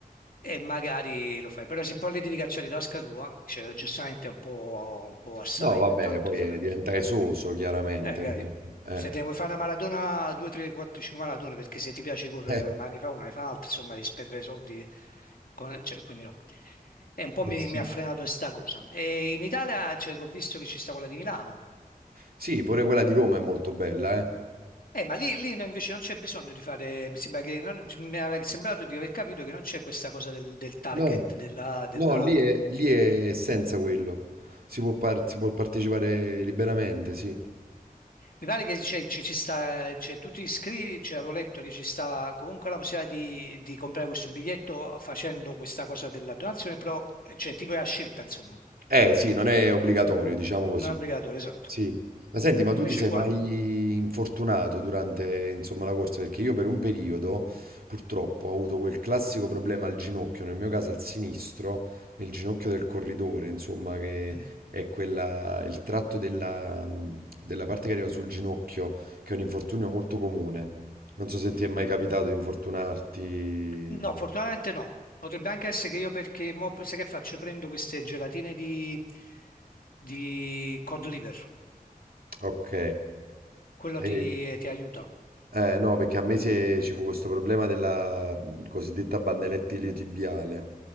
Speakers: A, on the left (about 70°); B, on the right (about 75°).
A: e magari lo fai, però se poi li devi cacciare di tasca tua, cioè, giustamente è un po', un po' assai,
B: No, vabbè,
A: tanto.
B: poi eh,
A: <laughs>
B: diventa esoso, chiaramente.
A: Eh, dai,
B: no? Eh.
A: se te ne vuoi fare una maratona, 2, 3, 4, 5 maratone, perché se ti piace correre,
B: Eh,
A: ma ne fa una, ne fa un'altra, insomma, devi spendere soldi, con- cioè, quindi no. E un po'
B: <laughs>
A: mi,
B: eh sì.
A: mi ha frenato questa cosa. E in Italia, cioè, che ho visto che ci sta quella di Milano.
B: Sì, pure quella di Roma è molto bella, eh.
A: Eh, ma lì, lì no, invece non c'è bisogno di fare, mi sembra che, non- mi aveva sembrato di aver capito che non c'è questa cosa del, del target
B: No,
A: della, della
B: no, lì è, lì è senza quello. Si può, par- si può partecipare liberamente, sì.
A: Mi pare che c'è- ci ci sta, cioè, tu ti iscrivi, cioè, avevo letto che ci stava comunque la possibilità di, di comprare questo biglietto facendo questa cosa della donazione, però cioè, tipo è a scelta, insomma,
B: Eh sì, non è obbligatorio, diciamo così.
A: non è obbligatorio, esatto.
B: Sì. Ma senti, ma tu
A: Invece
B: ti sei
A: qua
B: mai
A: no.
B: infortunato durante, insomma, la corsa? Perché io per un periodo, purtroppo, ho avuto quel classico problema al ginocchio, nel mio caso al sinistro, il ginocchio del corridore, insomma, che
A: Mm,
B: è quella, il tratto della, della parte che arriva sul ginocchio, che è un infortunio molto comune. Non so se
A: mm.
B: ti è mai capitato di infortunarti.
A: No, fortunatamente no. Potrebbe anche essere che io perché, mo, sai che faccio? Prendo queste gelatine di, di cod liver,
B: Ok.
A: quello
B: E-
A: ti, ti aiuta.
B: Eh, no, perché a me si è- ci fu questo problema della mh, cosiddetta bandeletta iliotibiale,